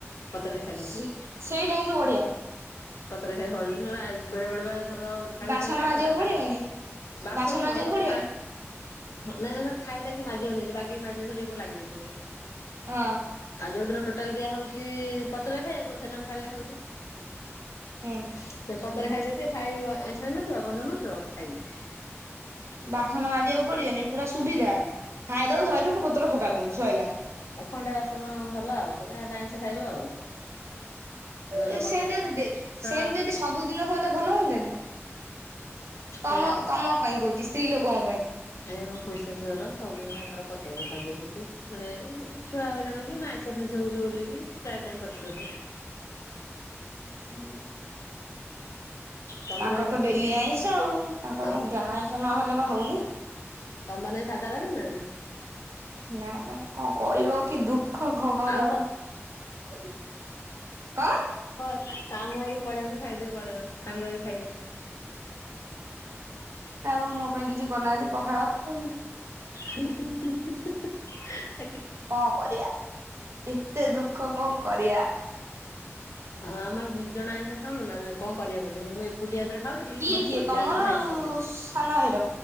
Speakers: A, on the left; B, on the right.
A: ପତ୍ରରେ ଖାଇଦଉଛି
B: ସେ ସେଇଟା କିନ୍ତୁ ବଢ଼ିଆ।
A: ପତ୍ରରେ ଖାଇକି ଫୋପାଡ଼ି ଦଉଚି, ନହେଲେ ଆ ବେଳେ ବେଳେ ବା ଧର ଥାଳି
B: ବାସନ
A: ସହ ଖାଇଲ
B: ମାଜିବାକୁ
A: ନା?
B: ପଡିବନି
A: କା ବାସନ
B: ମାଜିବାକୁ
A: ନୁହଁ, ତମେ
B: ପଡିବନି
A: ଥା ହଁ ନା ନା ଥାଳିଟା କିଏ ମାଜିବାକୁ ନେଇଚି ବାଗେଇକି ମାଜନ୍ତୁ ରିବୁ ଲାଗିଯାଇଥିବ?
B: ଅ
A: ଆଉ ଯୋଉ ଦିନ ଟୋଟାଲ ଦିଆ ହଉଛି ପତ୍ରରେ ଖାଇଆକୁ, ସେଦିନ ଆମେ ଥାଳିରେ ଖାଉୁଛୁ।
B: ହୁଁ
A: ସେ ପତ୍ରରେ
B: ଯୋଉ
A: ଖାଇଦେଇଥିବେ, ଥାଳି ଆଇଁଷ ହେଇନଥିବ, ଗନ୍ଧଉ ନଥିବ, ଖାଇବିନି।
B: ବାସନ ମାଜିଆକୁ ପଡିବନି, ପୁରା ସୁବିଧା, ଖାଇଦବ ସେଉଟୁ ପତର ଫୋକାଡି ଦେବୁ ସଇଲା।
A: ଆଉ ଖଣ୍ଡେ ବାସନ ହେଲା ଆଉ, ଯାହାଟା ଆଇଁଷ ଖାଇବ ଆଉ। ନହେଲେ
B: ଏ
A: ପତ୍ର
B: ସେନ୍ତି ଯଦି ଡେ
A: ପିଠା
B: ସେମତି ଯଦି ସବୁଦିନ ହୁଅନ୍ତା, ଭଲ ହୁଅନ୍ତାନି? ତମ
A: ଏଇ
B: ତମ ପାଇଁ କହୁଛି, ସ୍ତ୍ରୀ ଲୋକଙ୍କ ପାଇଁ।
A: ଆଜ୍ଞା, ମୋ ଖୁଡ଼ି ଶାଶୂଘର, ସବୁଦିନ ତାଙ୍କର ପତ୍ରରେ ଖାଇଦଉଛନ୍ତି। ମାନେ ଛୁଆ ହଇରାଣ କିନା ଆଇଁଷ ଫାଇଁଷ ହଉଛି ବୋଲିକି, ପ୍ରାୟ ଟାଇମ୍ ପତ୍ରରେ।
B: ହୁଁ।
A: ତମର
B: ତାଙ୍କର
A: ଆଜି
B: ତ
A: କଣ
B: ଡେଲି ଆଇଁଷ ଆଉ, ତାଙ୍କର
A: ତମ
B: ଡା ଆଇଁଷ ନହେଲେ ବା ହଉନି।
A: ତମ ନେଇ ସାଧା ରାନ୍ଧି ନାହାଁନ୍ତି?
B: ନା ବା, କଣ କହିବ, କି ଦୁଃଖ୍ ଖ ଖବର?
A: ଆମ
B: କଣ?
A: ଘର, ଆମ ଘରୁକୁ ପଳେଇଆସ ଖାଇଦେଇ ପଳେଇବ, ସାଙ୍ଗ ହେଇକି ଖାଇବା।
B: ନାଇଁ ମ ମୋ ପାଇଁ କିଛି କରିନାହାଁନ୍ତି, ପଖାଳ।
A: ହୁ ହୁ ହୁ ହୁ ହେ।
B: କଅଁ କରିଆ, ଏତେ ଦୁଃଖ କଅଁ କରିଆ?
A: ହଁ, ଆମର ଦି ଜଣ ଆଇଁଷ ଖାଉନୁ ନା, କଅଁ କରିଆକୁ ପଡ଼ୁଚି? ମୁଁ ଏକୁ ଏକୁଟିଆ ଯେତେବେଳେ ଖାଉଥିଲି,
B: କିଏ
A: ମୋର
B: କିଏ
A: ପୋଡି
B: ତମର
A: ଜାଳିକି ଖାଇଦଉଥିଲି।
B: ଆଉ ସାନ ଭାଇର?